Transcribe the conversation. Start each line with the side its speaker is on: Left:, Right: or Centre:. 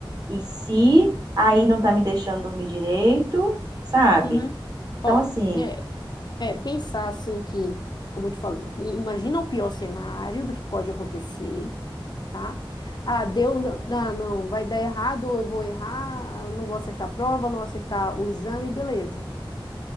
Right: e se, aí não tá me deixando dormir direito, sabe?
Left: uhum.
Right: Então,
Left: Ó,
Right: assim,
Left: é, é pensar assim que, como eu te falei, i- imagina o pior cenário do que pode acontecer, tá? Ah, deu, n- ah, não, vai dar errado, ou eu vou errar, ah, eu não vou acertar a prova, não vou acertar o exame, beleza.